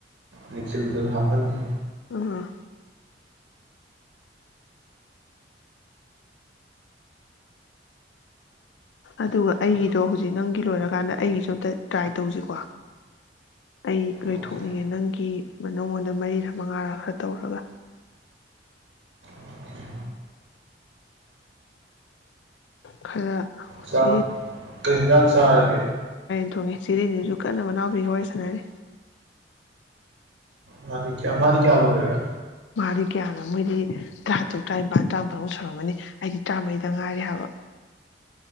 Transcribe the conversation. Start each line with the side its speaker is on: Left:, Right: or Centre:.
Right: ꯅꯤꯁꯤꯜꯗꯁꯨ ꯍꯥꯞꯄꯟꯒꯦ
Left: ꯎ ꯑꯗꯨꯒ ꯑꯩꯒꯤꯗꯣ ꯍꯧꯖꯤꯛ ꯅꯪꯒꯤ ꯂꯣꯏꯔꯀꯥꯟꯗ ꯑꯩꯒꯤꯁꯨ ꯑꯝꯇ ꯇ꯭ꯔꯥꯏ ꯇꯧꯁꯤꯀꯣ ꯑꯩ ꯂꯣꯏꯊꯣꯛꯅꯤꯡꯉꯦ
Right: ꯑꯣꯀꯦ
Left: ꯅꯪꯒꯤ ꯅꯪꯉꯣꯟꯗ ꯃꯔꯤꯔꯥ ꯃꯉꯥꯔꯥ ꯈꯔ ꯇꯧꯔꯒ
Right: ꯑꯣꯀꯦ
Left: ꯈꯔ
Right: ꯆꯥꯛ
Left: ꯆꯦ
Right: ꯀꯩ ꯌꯦꯟꯖꯥꯡ ꯆꯥꯔꯒꯦ
Left: ꯊꯣꯡꯉꯤ ꯆꯤꯔꯤꯁꯤꯁꯨ ꯀꯟꯅ ꯃꯅꯥꯎꯕꯤ ꯍ ꯁꯅꯔꯦ
Right: ꯃꯥ ꯃꯥꯅꯤ ꯀꯥꯗ ꯑꯣꯏꯔꯒ
Left: ꯃꯥꯗꯤ ꯒ꯭ꯌꯥꯟꯅ ꯃꯣꯏꯗꯤ ꯇꯔꯥ ꯇꯔꯨꯛ ꯇꯔꯥꯅꯤꯄꯜ ꯇꯔꯥꯄꯜꯃꯨꯛ ꯁꯧꯨꯔꯝꯃꯅꯤ ꯑꯩꯗꯤ ꯇꯔꯥꯃꯔꯤꯗ ꯉꯥꯏꯔꯦ ꯍꯥꯏꯕ